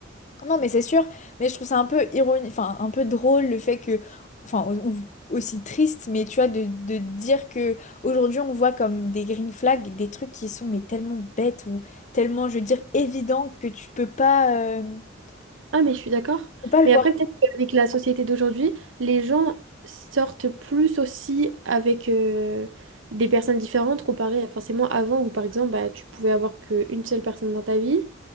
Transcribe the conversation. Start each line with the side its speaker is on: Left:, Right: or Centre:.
Left: Non, mais c'est sûr, mais je trouve ça un peu ironique, enfin un peu drôle le fait que, enfin, ou- ou aussi triste, mais tu vois, de, de dire que aujourd'hui on voit comme des green flags des trucs qui sont mais tellement bêtes ou tellement, je veux dire, évidents que tu peux pas, euh, tu
Right: ah mais je suis d'accord
Left: peux pas le
Right: mais
Left: voir.
Right: après peut-être qu'avec la société d'aujourd'hui les gens sortent plus aussi avec euh, des personnes différentes comparé à forcément avant où par exemple bah, tu pouvais avoir qu'une seule personne dans ta vie